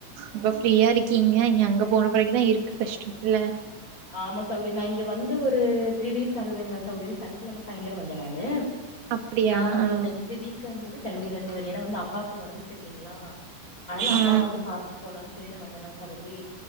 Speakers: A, on the right; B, on the left.
A: இப்ப ஃப்ரீயா இருக்கீங்க இங்க அங்க போன பிறகுதா இருக்கு கஷ்டொ இல்ல
B: ஆமா சகோதரி நா இங்க வந்து ஒரு த்ரீ டேஸ் ஆகுதுங்களா சகோதரி சனிக்கெழம சாய்ந்திரோ வந்த நானு
A: அப்டியா
B: நா ஒரு
A: ஆ
B: நெக்ஸ்ட் வீக்க போது கெளம்பிடுவே சகோதரி ஏனா வந்து அப்பாக்கு ஒடம்பு சர்லீங்ளா ஆனால
A: ஆ
B: அப்பாவ வந்து பாத்துட்டு போலானு சொல்லி நா வந்தேனா சகோதரி